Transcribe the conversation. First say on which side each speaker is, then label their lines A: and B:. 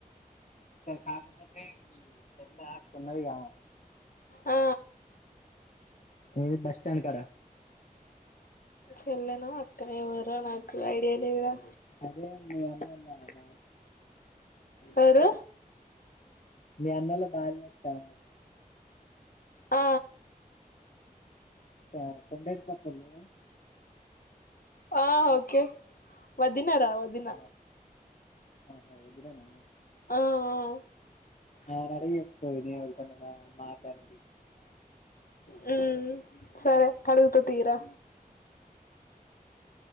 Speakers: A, on the left; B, on the left.
A: కాకపోతే ఈ చెల్ల అక్క ఉన్నదిగామా
B: ఆ
A: ఏ బస్ స్టాన్ కడా
B: చెళ్లానో అక్కనో ఏమోర నాకు ఐడియా లేదురా
A: అదే మీ అరల <unintelligible>
B: ఎవరు
A: మీ అన్నోళ్ల భార్య అక్కా
B: ఆ
A: గా కొండయరిపప్పలేద
B: ఆ ఓకే వదినర వదిన
A: ఆ ఆహా వదిననా
B: ఆఆ
A: ఆమనడుగు చెప్తది నీ ఎవల్తోనాన్న మాట్లాడ
B: హ్మ్ సరే కడుగుత తీరా